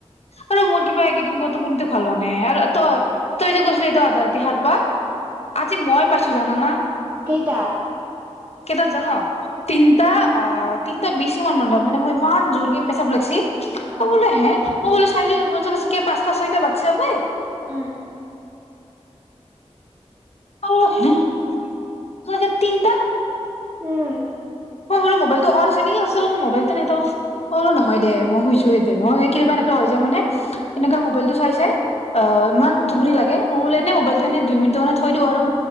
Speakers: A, on the left; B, on the right.
A: আৰু মোৰ কিবা এইকেইদিন টোপনিতো ভাল হোৱা নাই আৰু তই তই যে কৈছিলি তই আধা ৰাতি সাৰ পাঁও আজি মই পাছ কিছু জানা না
B: কেইটাক
A: কেইটাত জান তিনতা অঁ এ বেছি মন মান মই ইমান জোৰকে পেচাব লাগিছে
B: অ',
A: অঁ'বোল হে অঁ বোল চাইে পচটা সৈতে বাতি যাব প
B: উম,
A: আৰু হয় তিনিটা
B: উম
A: মই বোলো মবাইলত অঁন আছে নেকি তাৰ পাছত আকৌ চাই চো মই বোলো নহয় দে মই শুই চো নদে। মই একেবাৰে এনেকুৱাই হৈ যাই মানে। সেমেকা মবাইলত তো চাই চাই।। অঁ ইমান
B: উম,
A: টোপনি লাগে মই বোল এনে ব এনে দুই মিনিট মান থৈ দিওঁ আৰু